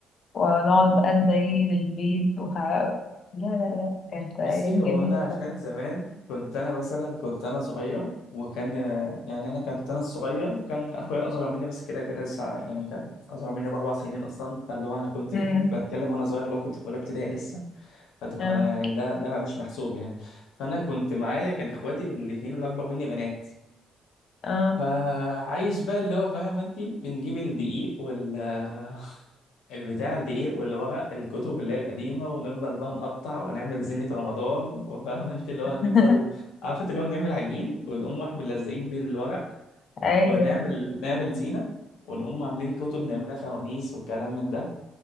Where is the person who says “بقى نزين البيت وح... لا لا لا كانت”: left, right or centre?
Left